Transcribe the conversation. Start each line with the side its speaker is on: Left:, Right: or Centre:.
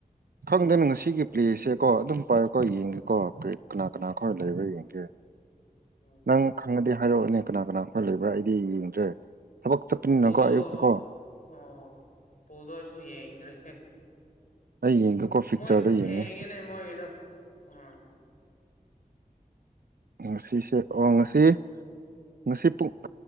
Right: ꯈꯪꯗꯦꯅꯦ ꯉꯁꯤꯒꯤ ꯄ꯭ꯂꯦꯖꯁꯦꯀꯣ ꯑꯗꯨꯝ ꯄꯥꯏꯔꯣꯀꯣ ꯌꯦꯡꯒꯦꯀꯣ ꯀꯔꯤ ꯀꯅꯥ ꯀꯅꯥ ꯈꯔ ꯂꯩꯕ꯭ꯔꯥ ꯌꯦꯡꯒꯦ
Left: ꯎꯝ
Right: ꯅꯪ ꯈꯪꯉꯗꯤ ꯍꯥꯏꯔꯛꯑꯣꯅꯦ ꯀꯅꯥ ꯀꯅꯥ ꯈꯈꯣꯏ ꯂꯩꯕ꯭ꯔꯥ ꯑꯩꯗꯤ ꯌꯦꯡꯗ꯭ꯔꯦ ꯊꯕꯛ ꯆꯠꯄꯅꯤꯅꯀꯣ
Left: ꯄꯨꯜꯗꯣ
Right: ꯑꯌꯨꯛꯇꯀꯣ
Left: ꯑꯣ ꯄꯨꯜꯗꯣ ꯑꯩꯁꯨ ꯌꯦꯡꯗ꯭ꯔꯦ
Right: ꯑꯩ ꯌꯦꯡꯒꯦꯀꯣ ꯐꯤꯛꯆꯔꯗꯣ
Left: ꯃꯣꯏꯁꯦ ꯊꯦꯡꯉꯤꯅꯦ
Right: ꯌꯦꯡꯉꯦ
Left: ꯃꯣꯏꯒꯤꯗꯣ ꯎꯥ
Right: ꯉꯁꯤꯁꯦ ꯑꯣ ꯉꯁꯤ ꯉꯁꯤ ꯄꯨꯡ